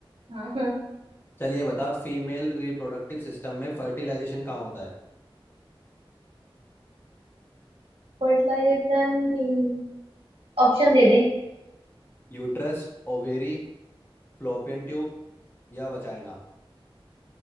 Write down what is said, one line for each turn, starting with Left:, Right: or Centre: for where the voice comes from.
Right: हाँ हाँ
Left: चलिए बता फीमेल रिप्रोडक्टिव सिस्टम में फर्टिलाइजेशन कहाँ होता है
Right: फर्टिलाइजेशन ऑप्शन दे दे
Left: यूट्रस ओवेरी फ्लोपियन ट्यूब या वजाइना